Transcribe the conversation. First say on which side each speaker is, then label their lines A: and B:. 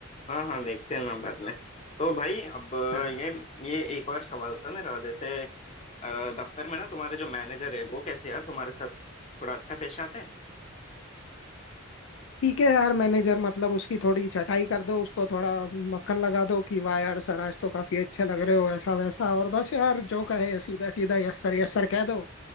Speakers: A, on the left; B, on the left.
A: हाँ हाँ देखते हैं ना बाद में तो भाई अब
B: हाँ हाँ।
A: ये ये एक और सवाल था मेरा जैसे अ, दफ्तर में ना तुम्हारे जो मैनेजर है वो कैसे यार तुम्हारे साथ थोड़ा अच्छा पेश आते हैं
B: ठीक है यार मैनेजर मतलब उसकी थोड़ी चटाई कर दो उसको थोड़ा मक्खन लगा दो कि वाह यार सर आज तो काफी अच्छे लग रहे हो ऐसा वैसा और बस यार जो कहे सीधा सीधा यस सर यस सर कह दो